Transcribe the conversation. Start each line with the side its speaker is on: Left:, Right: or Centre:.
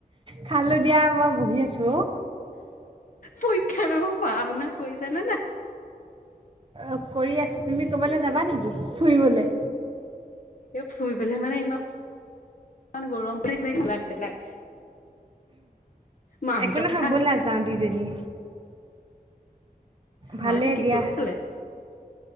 Right: খালো দিয়া মই বহি আছোঁ অ
Left: পৰীক্ষা নহ পঢ় শুনা কৈছান নাই
Right: অঁ কৰি আছোঁ তুমি ক'ৰবাল যাবা নেকি ফুৰিবলৈ
Left: এ ফুৰি পেলাই মানে ইমান ই গৰম পৰি কিল পেলাই মাহঁতৰ
Right: একো ন হ'ব
Left: ভাল
Right: নাযাওঁ দুইজনী
Left: হয়
Right: ভালেই
Left: নেকি?
Right: দিয়া
Left: কোনফালে?